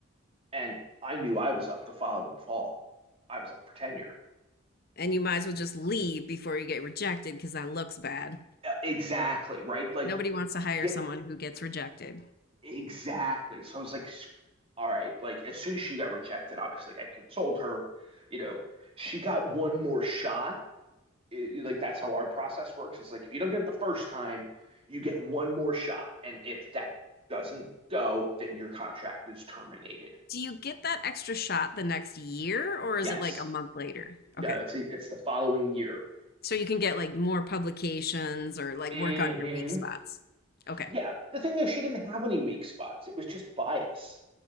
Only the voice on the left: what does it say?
And you might as well just leave before you get rejected because that looks bad.
Nobody wants to hire
someone who gets rejected.
Do you get that extra shot the next year or
is it like a month later?
Okay.
So you can get like more publications or like
work on your weak spots. Okay.